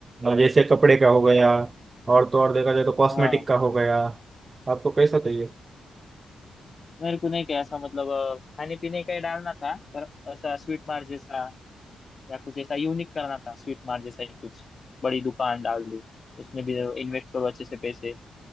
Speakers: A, on the right (about 30°); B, on the left (about 30°).
A: और जैसे कपड़े का हो गया और तो और देखा जाए तो कॉस्मेटिक
B: हाँ
A: का हो गया आपको कैसा चाहिए
B: मेरे को नहीं क्या ऐसा मतलब अ, खाने पीने का ही डालना था पर ऐसा स्वीट मार्ट जैसा या कुछ ऐसा यूनिक करना था स्वीट मार्ट जैसा ही कुछ बड़ी दुकान डाल दूं उसमें भी इन्वेस्ट करो अच्छे से पैसे